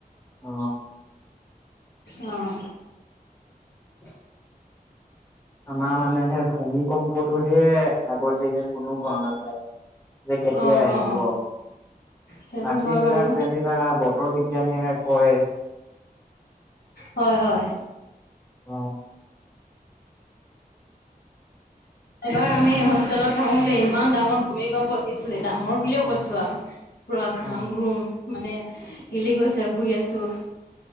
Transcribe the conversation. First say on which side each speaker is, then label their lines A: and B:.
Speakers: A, on the left; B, on the left.
A: অ',
B: অ'।
A: <unintelligible> আমাৰ মানে হেই ভূমিকম্পটোহে আগতীয়াকে কোনো গম নাপায়। যে কেতিয়া
B: অ',
A: আহিব
B: অ', অ', সেইটো
A: বাকী
B: হয়
A: বিলাক
B: বাৰু
A: যেনিবা বতৰ বি বিজ্ঞানে কয়
B: হয় হয়।
A: অ',
B: এবাৰ আমি হোষ্টেলত থাকোতে ইমান ডাঙৰ ভূমিকম্প দিছিলে ডাঙৰ বুলিয়ে কৈছো আৰু পুৰা ঘ্ৰাং
A: অ',
B: ঘ্ৰং মানে হিলি গৈছে শুই আছো